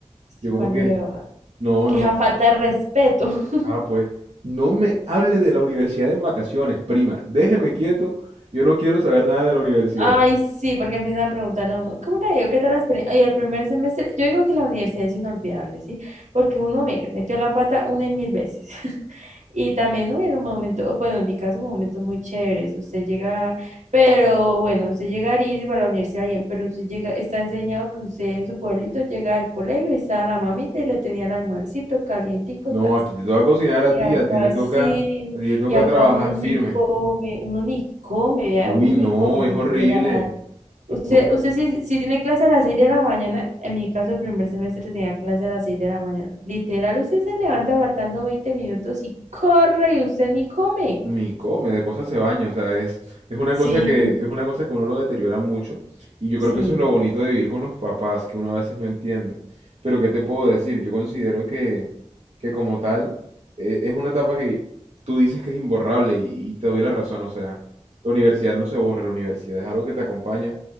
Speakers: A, on the right (about 80°); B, on the right (about 60°).
A: Es
B: Yo
A: que
B: como
A: cuando
B: que,
A: se va.
B: no,
A: Que
B: no,
A: esa falta de respeto. <laughs>
B: Ah, pues, no me hable de la universidad en vacaciones, prima. Déjeme quieto. Yo no quiero saber nada de la universidad.
A: Ay, sí, porque empiezan a preguntarle a uno, ¿cómo le digo? ¿Qué tal la experiencia? Ay, el primer semestre, yo digo que la universidad es inolvidable, ¿sí? Porque uno, mire, metió la pata una y mil veces. <laughs> Y también hubieron momentos, o bueno, en mi caso, momentos muy chéveres. Usted llega, pero bueno, usted llegaría y dice para la universidad bien, pero usted llega, está enseñado que usted en su pueblito llega al colegio y estaba la mamita y le tenía el almuercito calientico,
B: No,
A: tas.
B: aquí te toca cocinar a
A: Y
B: ti,
A: acá
B: a ti te
A: sí,
B: toca, a ti te toca
A: y acá
B: trabajar
A: uno
B: firme.
A: ni come, uno ni come, vea,
B: Uy,
A: uno ni
B: no,
A: come,
B: es
A: literal.
B: horrible.
A: Usted,
B: Uno,
A: usted si, si tiene clase a las 6 de la mañana, en mi caso el primer semestre tenía clase a las 6 de la mañana. Literal, usted se levanta faltando veinte minutos y corre y usted ni come.
B: Ni come, de cosas se baña, o sea, es, es una
A: Sí,
B: cosa que, es una cosa que uno lo deteriora mucho, y yo
A: sí.
B: creo que eso es lo bonito de vivir con los papás, que uno a veces no entiende. Pero ¿qué te puedo decir? Yo considero que, que como tal, eh, es una etapa que tú dices que es imborrable, y, y te doy la razón, o sea, la universidad no se borra, la universidad es algo que te acompaña.